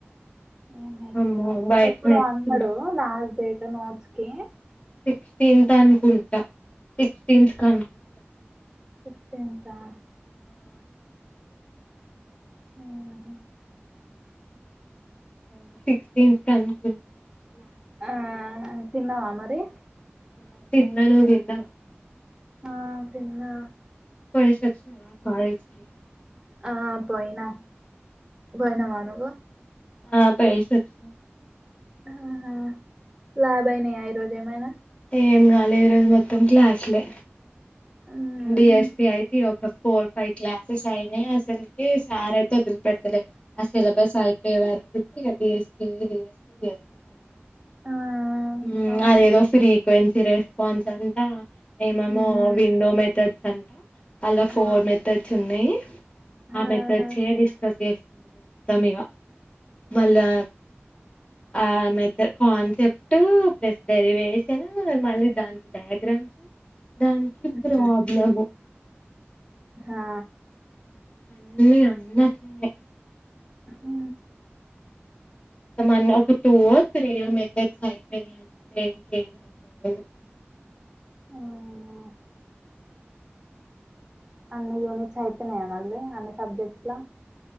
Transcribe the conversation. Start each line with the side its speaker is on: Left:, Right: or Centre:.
Right: <unintelligible>
Left: అమ్మో బయట
Right: ఎప్పుడు
Left: నేర్చుకున్నా.
Right: అన్నాడు లాస్ట్ డేట్ నోట్స్ కి
Left: సిక్స్టీన్త్ అనుకుంటా సిక్స్టీన్త్ అనుకుంటా
Right: సిక్టీంత్ ఆ ఆహా
Left: అబ్సిక్స్టీన్త్ అనుకుంటా లాస్ట్ డేట్
Right: ఆ తిన్నావా మరి
Left: ఆ తిన్న నవ్వు తిన్నావా
Right: ఆ తిన్న
Left: పొయ్యేసి వచ్చినవా కాలేజ్ కి
Right: ఆ పోయినా పోయినవ నువ్వు
Left: ఆ పొయ్యేసొచ్చిన
Right: ఆహా ల్యాబ్ అయినయ ఈరోజు ఏమైనా
Left: ఏం కాలే ఈరోజు మొత్తం క్లాసు లే
Right: మ్మ్ఉహ్మ్
Left: బి ఎస్ పి అయితే ఒక ఫోర్ ఫైవ్ క్లాసెస్ అయినాయి అసలుకి సార్ అయితే వదిలి పెడతలే ఆ సిలబస్ అయిపోయే వరకు <unintelligible> రెడీ <unintelligible>
Right: ఆ
Left: మ్మ్
Right: అవును
Left: అదేదో ఫ్రీక్వెన్సీ రెస్పాన్స్ అంట ఏమేమో
Right: మ్మ్
Left: విండో మెథడ్స్ అంట అలా ఫోర్
Right: ఆ
Left: మెథడ్స్ ఉన్నాయి ఆ
Right: ఆహా
Left: మెథడ్స్ ఏ డిస్కస్ చేస్తాను మొత్తం ఇగ మళ్ళా ఆ మెథడ్ కాన్సెప్ట్ ప్లస్ డెరివేషన్ మళ్ళీ దానికి డైగ్రామ్ గ్రామ్స్ దానికి ప్రాబ్లం
Right: మ్మ్. హా
Left: అన్ని అన్న అట్లనేే
Right: ఆ హా
Left: మొత్తం అన్న ఒక టూ ఓ త్రీ ఓ మెథడ్స్ అయిపోయినాయి అంతే ఇంకేం అయిపోలే <unintelligible>
Right: అవున అన్ని యూనిట్స్ అయిపోనాయా మళ్ళీ అన్ని సబ్జెక్ట్స్ లో